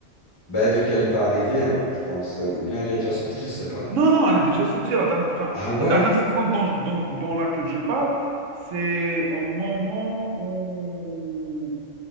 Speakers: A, on the left; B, on the right.
A: Bah, de quelle va arriver, hein, je pense. Ou bien elle est déjà sortie, je sais pas.
B: Non, non, elle est déjà sortie. La dernière, enfin,
A: Ah ouais?
B: la dernière saison dont, dont- dont laquelle je parle, c'est au moment où